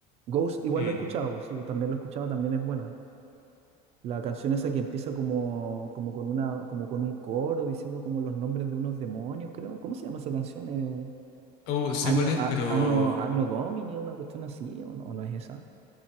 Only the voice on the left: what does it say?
Mm.
Oh, sé
cuál es,
pero...